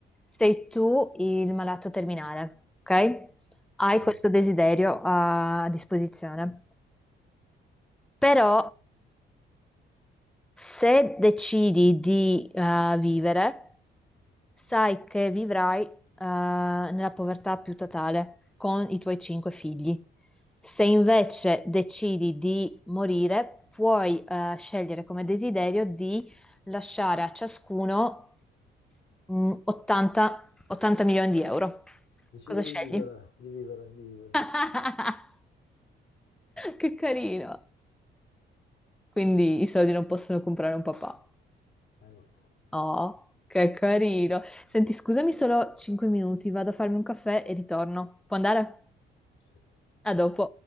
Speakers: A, in the centre; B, on the left (about 65°).
A: Sei tu il malato terminale, ok? Hai
B: Eh,
A: questo desiderio a disposizione. Però Se decidi di eh, vivere, sai che vivrai eh, nella povertà più totale con i tuoi cinque figli. Se invece decidi di morire, puoi eh, scegliere come desiderio di lasciare a ciascuno mh, 80, 80 milioni di euro.
B: decido
A: Cosa scegli?
B: di vivere, di vivere, di vivere.
A: <laughs> Che carino! Quindi i soldi non possono comprare un papà.
B: Eh no.
A: Oh, che carino. Senti, scusami solo 5 minuti, vado a farmi un caffè e ritorno. Può andare?
B: sì.
A: A dopo.